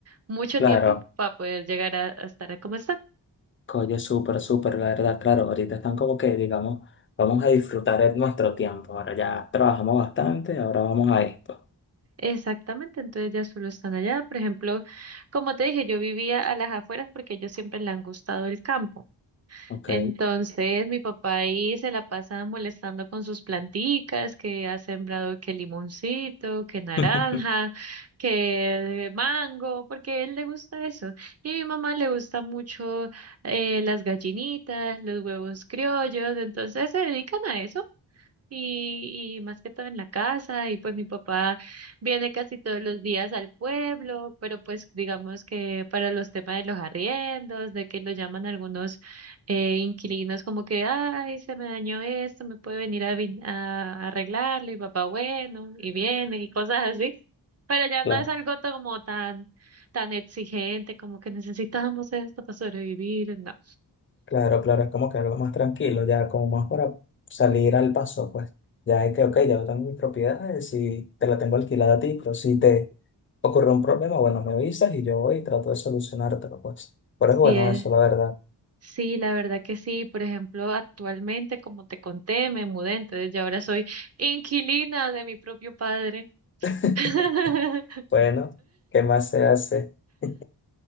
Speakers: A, on the right; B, on the left.
A: mucho
B: claro.
A: tiempo para poder llegar a, a estar como están.
B: Oye, súper, súper, la verdad, claro, ahorita están como que, digamos, vamos a disfrutar de nuestro tiempo. Ahora ya trabajamos bastante, ahora vamos a esto,
A: Exactamente, entonces ya solo están allá. Por ejemplo, como te dije, yo vivía a las afueras porque a ellos siempre le han gustado el campo.
B: ¿ok?
A: Entonces, mi papá ahí se la pasa molestando con sus planticas, que ha sembrado que limoncito, que naranja,
B: <laughs>
A: que mango, porque a él le gusta eso. Y a mi mamá le gusta mucho eh, las gallinitas, los huevos criollos, entonces se dedican a eso y, y más que todo en la casa, y pues mi papá viene casi todos los días al pueblo, pero pues digamos que para los temas de los arriendos, de que lo llaman algunos eh, inquilinos como que, ay, se me dañó esto, me puede venir a, vin- a arreglarlo, y papá, bueno, y viene, y cosas así. Pero ya
B: Claro,
A: no es algo to- como tan, tan exigente, como que necesitamos esto para sobrevivir, no.
B: claro, claro, es como que algo más tranquilo, ya como más para salir al paso, pues. Ya es que, ok, ya yo tengo mis propiedades y te la tengo alquilada a ti, pero si te ocurre un problema, bueno, me avisas y yo voy y trato de solucionártelo, pues. Pero
A: Sí,
B: es bueno eso, la verdad.
A: Sí, la verdad que sí. Por ejemplo, actualmente, como te conté, me mudé, entonces ya ahora soy inquilina de mi propio padre.
B: <laughs>
A: <laughs>
B: Bueno, ¿qué más se hace? <laughs>